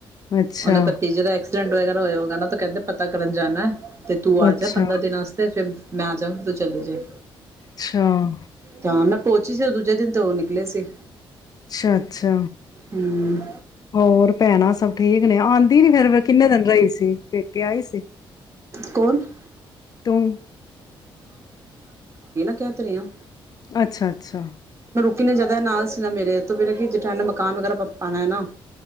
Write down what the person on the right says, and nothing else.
ਉਹੇ ਭਤੀਜੇ ਦਾ ਐਕਸੀਡੈਂਟ ਵਗੈਰਾ ਹੋਇਆ ਤੋਂ ਕਹਿੰਦੇ ਪਤਾ ਕਰਨ ਜਾਣਾ ਤੇ ਤੂੰ ਆ
ਜਾ ਪੰਦਰਾਂ ਦਿਨ ਵਸ ਫਿਰ ਮੈਂ ਆ ਜਾਗੀ ਚਲੇ ਜਾਏ
ਤਾਂ ਮੈਂ ਪਹੁੰਚੀ ਸੀ ਉਹ ਦੂਜੇ ਦਿਨ ਤੇ ਉਹ ਨਿਕਲੇ ਸੀ।
ਹਮ
ਕੌਣ
ਕਹਿ ਤੇ ਰਹੀ ਹਾਂ।
ਕਿੰਨੇ ਜਣੇ ਨਾਲ ਸੀ। ਮੇਰੇ ਤੇ ਮੇਰਾ ਕਿ ਜੇਠਾਨੀ ਨੇ ਮਕਾਨ ਵਗੈਰਾ ਪਣਾ ਹੈ ਨਾ।